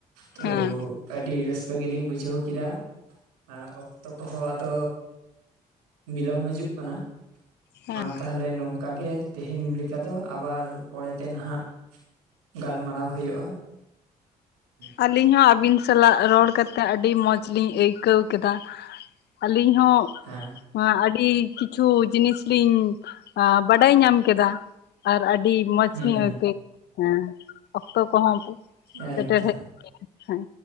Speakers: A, on the right; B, on the left.
A: ᱛᱷᱳ
B: ᱦᱮᱸ
A: ᱟᱹᱰᱤ ᱨᱟᱹᱥᱠᱟᱹ ᱜᱮᱞᱤᱧ ᱵᱩᱡᱷᱟᱹᱣ ᱠᱮᱫᱟ᱾ ᱟ ᱚᱠᱛᱚ ᱠᱚᱦᱚᱸ ᱟᱫᱚ ᱵᱤᱞᱚᱢ ᱦᱟᱹᱡᱩᱜ ᱠᱟᱱᱟ
B: ᱦᱮᱸ
A: ᱢᱟ ᱛᱟᱦᱚᱞᱮ ᱱᱚᱝ ᱠᱟᱜᱮ ᱛᱮᱦᱮᱱ ᱞᱮᱠᱟ ᱫᱚ ᱟᱵᱟᱨ ᱯᱚᱨᱮ ᱛᱮ ᱱᱟᱦᱟᱜ ᱜᱟᱞᱢᱟᱨᱟᱣ ᱦᱳᱭᱳᱜᱼᱟ᱾ <inaudible>
B: ᱟᱹᱞᱤᱧ ᱦᱚᱸ ᱟᱹᱵᱤᱱ ᱥᱟᱞᱟᱜ ᱨᱚᱲ ᱠᱟᱛᱮᱫ ᱟᱹᱰᱤ ᱢᱚᱸᱡᱽ ᱞᱤᱧ ᱟᱹᱭᱠᱟᱹᱣ ᱠᱮᱫᱟ᱾ ᱟᱹᱞᱤᱧ ᱦᱚᱸ
A: ᱦᱮᱸ?
B: ᱟᱹᱰᱤ ᱠᱤᱪᱷᱩ ᱡᱤᱱᱤᱥ ᱞᱤᱧ ᱟ ᱵᱟᱰᱟᱭ ᱧᱟᱢ ᱠᱮᱫᱟ᱾ ᱟᱨ ᱟᱹᱰᱤ ᱢᱚᱸᱡᱽ
A: ᱦᱩᱸ
B: ᱞᱤᱧ ᱟᱹᱭᱠᱟᱹ ᱦᱮᱸ ᱚᱠᱛᱚ ᱠᱚᱦᱚᱸ
A: ᱮᱠᱫᱚᱢ
B: ᱥᱮᱴᱮᱨ ᱦᱮᱡ ᱮᱱᱟ ᱦᱮᱸ᱾